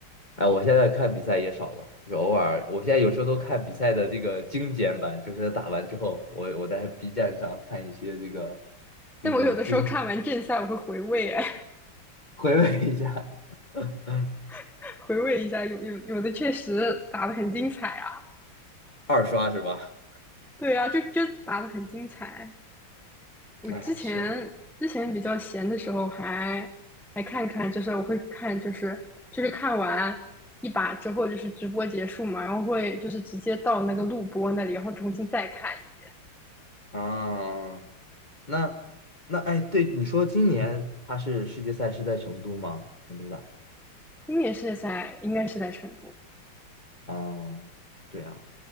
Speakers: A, on the left; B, in the centre.
A: 哎，我现在看比赛也少了，就是偶尔，我现在有时候都看比赛的这个精简版，就是打完之后，我我在 B 站上看一些这个就是精。
B: 但我有的时候看完正赛，
A: 简。
B: 我会回味，哎，
A: <laughs> 回味一下。<laughs>
B: <laughs> 回味一下，有有有的确实打的很精彩啊。
A: 二刷是吧？
B: 对啊，就就打的很精彩。我之前之前比较闲的时候还还看看，
A: 哎，是，
B: 就是我会看，就是就是看完一把之后，就是直播结束嘛，然后会就是直接到那个录播那里，然后重新再看一遍。
A: 啊，那那哎，对，你说今年它是世界赛是在成都吗？成都的，
B: 今年是在应该是在成都，
A: 哦，这样。